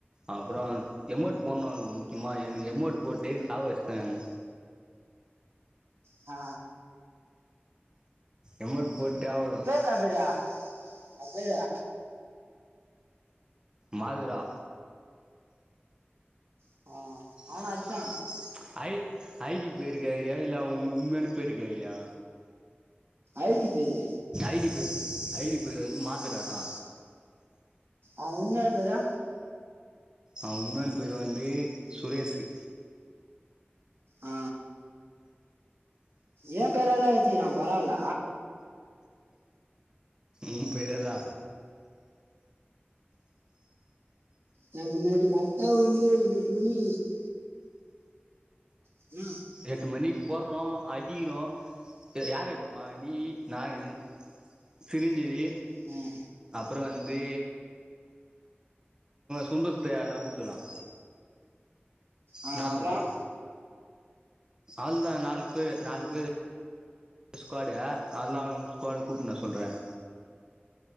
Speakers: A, on the right; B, on the right.
A: அப்புறோம் எமௌண்ட் போணும் அவ்ன்களுக்கு முக்கியமா எனக்கு எமௌட்டு போட்டு சாக வச்சுதா என்ன
B: ஆ
A: எம் மெல் போட்டே ஆகணு
B: அ அப்படியா அப்பறா
A: மதுரா
B: ஆ
A: இவன
B: அவனு
A: அடிச்சிட்டான்
B: அடிச்சா
A: ஐ ஐடி பேருக்கேங்கறா இல்ல உ உண்மையான பேரு கேக்கறியா
B: ஐ டி பேரு
A: ஐடி பேர் ஐடி பேர் வந்து மாதரா தா
B: ஆ உண்மையான பேரு
A: அவன் உண்மையான பேர் வந்து சுரேஷு
B: ஆ ஏ பேராதாது வச்சிரான் பரவாயில்ல
A: உம் பேரதா
B: நா நட்டு கர்ட்டா வந்துட் <unintelligible> உம்
A: எட்டு மணிக்கு போற்றோம் அதிகிரோ யார ஏத்தமா நீ நானு சிரிஞ்சீவி
B: ம்
A: அப்புறம் வந்து சுந்தத்தை அன கூப்ட்றலாம்
B: ஆ
A: என்னா
B: அப்புறம்
A: சொல்ற அவள்தா நாலு பேரு நாலு பேரு ஸ்குவாடு அதெல்லாம் அவ ஸ்கோடு கூப்ட்னு வர சொல்றேன்